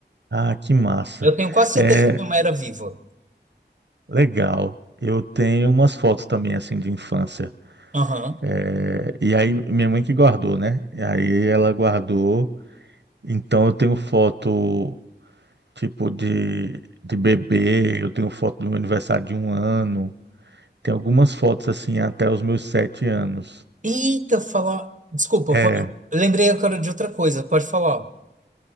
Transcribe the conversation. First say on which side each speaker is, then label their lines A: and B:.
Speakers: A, on the right; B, on the right.
A: Ah, que massa.
B: Eu tenho quase certeza
A: É,
B: que minha mãe era viva.
A: Legal. Eu tenho umas fotos também, assim, de infância.
B: Aham.
A: É, e aí, minha mãe que guardou, né? E aí ela guardou. Então, eu tenho foto, tipo, de, de bebê. Eu tenho foto do meu aniversário de um ano. Tem algumas fotos, assim, até os meus sete anos.
B: Eita, falar. Desculpa,
A: É.
B: pode... eu lembrei agora de outra coisa, pode falar.